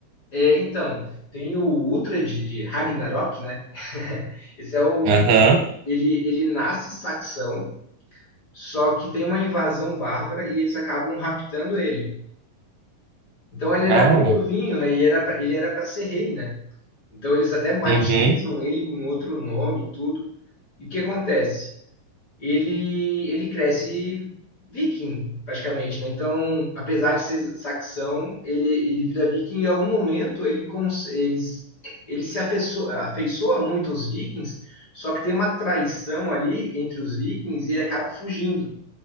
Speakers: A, on the left (about 30°); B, on the right (about 75°).
A: é, então, tem o Ultra de, de Ragnarok, né? <laughs> Esse é o...
B: Aham.
A: Ele, ele nasce saxão, só que tem uma invasão bárbara e eles acabam raptando ele. Então ele era
B: Ah,
A: bem novinho, né? E era pra, ele era para ser rei, né? Então eles até batizam
B: uhum.
A: ele com outro nome e tudo. E o que acontece? ele, ele cresce viking, praticamente, né? Então, apesar de ser saxão, ele, ele vira viking e em algum momento ele, cons- eles- ele se afeiço- afeiçoa, muito aos vikings, só que tem uma traição ali entre os vikings e ele acaba fugindo.